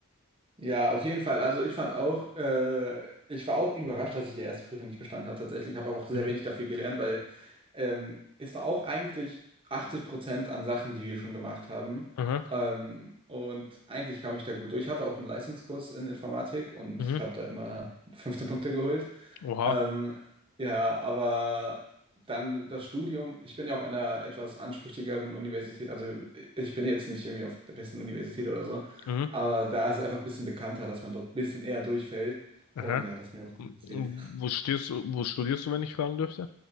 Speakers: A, on the right; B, on the left.
A: Ja, auf jeden Fall. Also ich fand auch, äh, ich war auch überrascht, dass ich die erste Prüfung nicht bestanden habe tatsächlich. Ich habe aber auch sehr
B: Mhm.
A: wenig dafür gelernt, weil ähm, es war auch eigentlich 80 Prozent an Sachen, die wir schon gemacht haben.
B: Aha.
A: Ähm, und eigentlich kam ich da gut durch. Ich hatte auch einen Leistungskurs in Informatik und
B: Mhm.
A: habe da immer 15 Punkte geholt.
B: Oha.
A: Ähm, ja, aber dann das Studium. Ich bin ja auch an einer etwas ansprüchigeren Universität. Also ich bin jetzt nicht irgendwie auf der besten Universität oder so,
B: Mhm.
A: aber da ist es einfach ein bisschen bekannter, dass man dort ein bisschen eher durchfällt.
B: Aha.
A: Und ja, das ist mir auch gut
B: M-
A: passiert.
B: Wo studierst du, wo studierst du, wenn ich fragen dürfte?